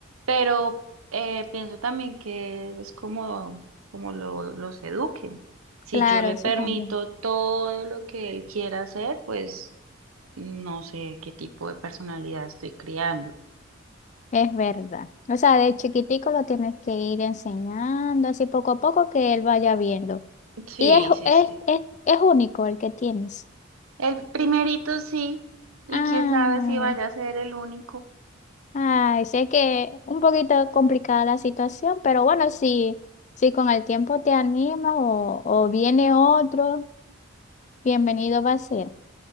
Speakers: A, on the right (about 85°); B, on the left (about 35°).
A: pero eh, pienso también que es como, como lo, los eduquen. Si
B: claro,
A: yo le
B: eso
A: permito
B: también.
A: todo lo que él quiera hacer, pues no sé qué tipo de personalidad estoy criando.
B: Es verdad. O sea, de chiquitico lo tienes que ir enseñando, así poco a poco que él vaya viendo.
A: Sí,
B: Y es,
A: sí,
B: es,
A: sí.
B: es, es único el que tienes.
A: El primerito sí, y
B: Ah,
A: quién sabe si vaya a ser el único.
B: ay, sé que un poquito complicada la situación, pero bueno, si, si con el tiempo te animas o, o viene otro, bienvenido va a ser.